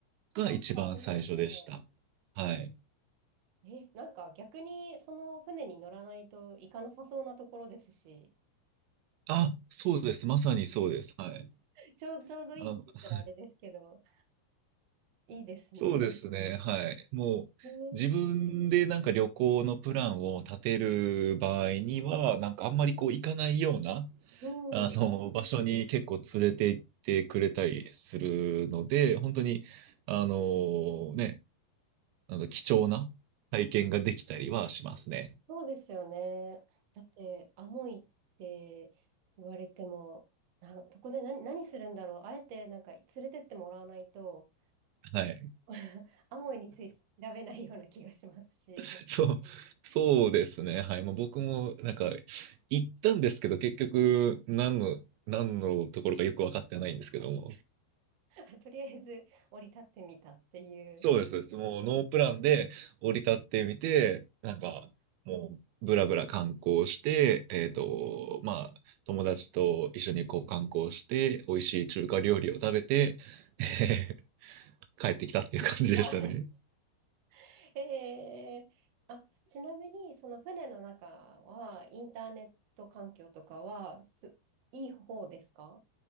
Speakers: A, on the right (about 80°); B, on the right (about 65°).
A: が一番最初でした。
B: 聞いたことあります。わ
A: はい。
B: ーえ、なんか逆にその船に乗らないと行かなさそうなところですし、
A: あ、そうです。まさにそうです。はい。
B: うんちょう、ちょうどいいって言ったらあれですけど、
A: あ
B: いいですね。
A: そうですね。はい。もう、
B: えー
A: 自分でなんか旅行のプランを立てる場合には、なんかあんまりこう行かないような、
B: うん。
A: あの、場所に結構連れて行ってくれたりするので、本当に、あの、ね、あの、貴重な体験ができたりはしますね。
B: そうですよね。だって、アモイって言われても、な、そこで何、何するんだろう。あえて、なんか、連れてってもらわないと、
A: はい。
B: <laughs> アモイについて調べないような気がしますし、
A: <laughs> そう、そうですね。はい。まあ、僕もなんか行ったんですけど、結局何の、何のところかよく分かってないんですけども、
B: <laughs> とりあえず降り立ってみたっていう。
A: そうです。もうノープランで降り立ってみて、なんかもうブラブラ観光して、
B: ね
A: えっと、まあ友達と一緒にこう観光して、美味しい中華料理を食べて、<laughs> えー帰ってきたっていう感じでしたね。
B: あ <laughs> えー、あ、ちなみに、その船の中は、インターネット環境とかは、す、いい方ですか